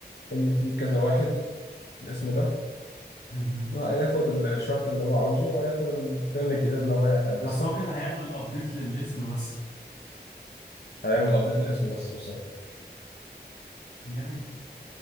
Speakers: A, on the left (about 65°); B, on the left (about 85°).
A: ان في كذا واحد الاسم ده
B: مهم.
A: وهياخد ال- الشرط اللي هو عاوزه وهياخد القيم الجديدة اللي هو هيحدثها
B: بس هو كده هيعمل ابديت للاسم بس
A: هيعمل ابديت للاسم بس بالظبط
B: جميل